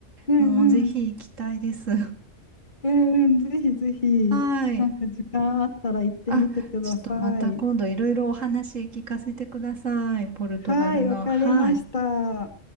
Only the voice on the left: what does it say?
うんうん。
うんうん。ぜひぜひ、
なんか時間あったら行ってみてください。
はい、わかりました。